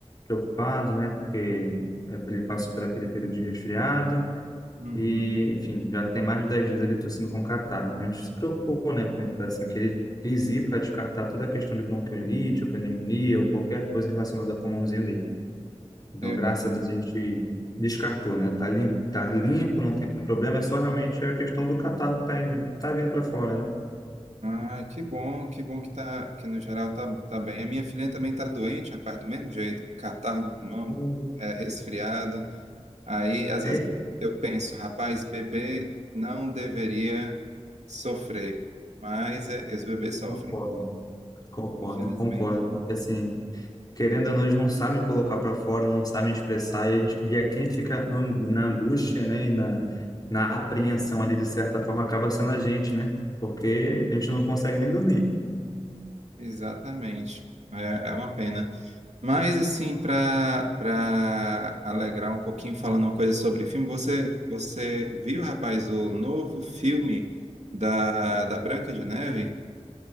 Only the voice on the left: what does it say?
preocupado, né? Porque é, ele passou por aquele período de resfriado
e, enfim, já tem mais de 10 dias ele tossindo com catarro. Então a gente se preocupou, né? Porque, Assim, querer quis ir para descartar toda a questão de bronquiolite, ou pneumonia ou qualquer coisa relacionada ao pulmãozinho dele. Então,
graças a Deus, a gente descartou, né? Tá limpo, tá limpo, não tem problema, é só realmente a questão do catarro que tá, tá vindo para fora, né?
Então,
É
isso.
Concordo, concordo,
concordo, porque assim, querendo ou não, eles não sabem colocar para fora, não sabem expressar, e, a gente, e é quem fica angu- na angústia, né? E na, na apreensão ali, de certa forma, acaba sendo a gente, né? Porque a gente não consegue nem dormir.